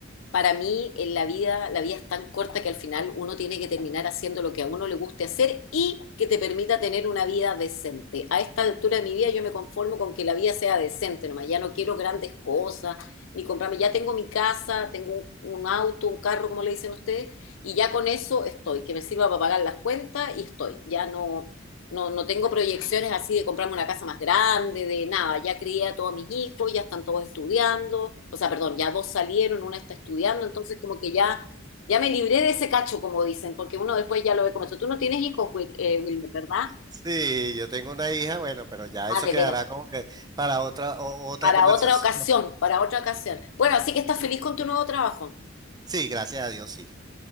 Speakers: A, on the left; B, on the right.
A: para mí en la vida, la vida es tan corta que al final uno tiene que terminar haciendo lo que a uno le guste hacer y que te permita tener una vida decente. A esta altura de mi vida yo me conformo con que la vida sea decente, nomás ya no quiero grandes cosas, ni comprarme, ya tengo mi casa, tengo un, un auto, un carro, como le dicen ustedes, y ya con eso estoy, que me sirva para pagar las cuentas y estoy. Ya no, no, no tengo proyecciones así de comprarme una casa más grande, de nada. Ya crié a todos mis hijos, ya están todos estudiando. O sea, perdón, ya dos salieron, una está estudiando, entonces como que ya, ya me libré de ese cacho, como dicen, porque uno después ya lo ve como eso. Tú no tienes hijos, Wil- eh, Wilmer, ¿verdad?
B: Sí, yo tengo una hija, bueno, pero ya
A: Ah,
B: eso
A: de
B: quedará
A: veras.
B: como que para otra, o- otra
A: Para
B: conversación.
A: otra ocasión, para otra ocasión. Bueno, así que estás feliz con tu nuevo trabajo.
B: Sí, gracias a Dios, sí.